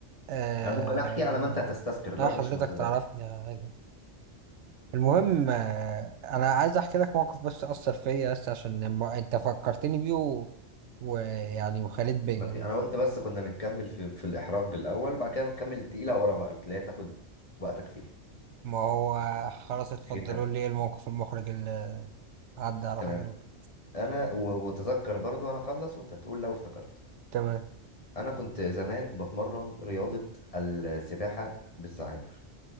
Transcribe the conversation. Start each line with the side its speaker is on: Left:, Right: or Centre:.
Right: آه،
Left: انا ممكن احكي على ما انت هتستذكر
Right: اه
Left: لو
Right: حضرتك
Left: مش متذكر
Right: تعرفني عادي المهم
Left: تمام
Right: آه، انا عايز احكي لك موقف بس اثر فيا بس عشان الم- انت فكرتني بيه و- ويعني وخليت بيا
Left: ما في
Right: دلوقتي.
Left: انا قلت بس كنا نكمل في في الاحراج الاول بعد كده نكمل التقيله ورا بقى اللي هي تاخد وقتك فيها
Right: ما هو خلاص اتفضلوا
Left: ختام
Right: لي ايه الموقف المحرج اللي عدى على
Left: تمام
Right: حضرتك
Left: انا و- وتذكر برضو انا اخلص وانت هتقول لو افتكرت
Right: تمام
Left: انا كنت زمان بتمرن رياضه السباحه بالزعانف